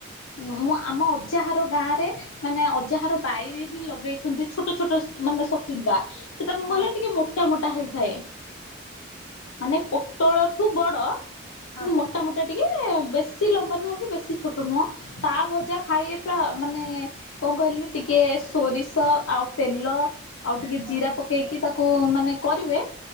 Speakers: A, on the left; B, on the left.
A: ମୁଁ ଆମ ଅଜାଘର ଗାଁରେ ମାନେ ଯାହାର ବାଇରେ ହିଁ ଲଗେଇଛନ୍ତି ଛୋଟ ଛୋଟ ମାନେ ସଚିନ୍ଦ୍ରା। ସେଟା ମୁଁ କଣ
B: ହଁ
A: କହିଲେ ଟିକେ ମୋ ମୋଟା ମୋଟା ହେଇଥାଏ ମାନେ ପୋଟଳଠୁ ବଡ
B: ହଁ
A: କିନ୍ତୁ ମୋ ତ ମୁଟା ଟିକେ ବେଶୀ ଲମ୍ବା ନୁହଁ କି ବେଶୀ ଛୋଟ ନୁହଁ। ତା ଭଜା ଖାଇ ପୁରା ମାନେ କଣ କହିଲି ଟିକେ ସୋରିଷ ଆଉ ତେଲ ଆଉ ଟିକେ
B: ହଁ
A: ଜିରା ପକେଇକି ତାକୁ ମାନେ କରିବେ।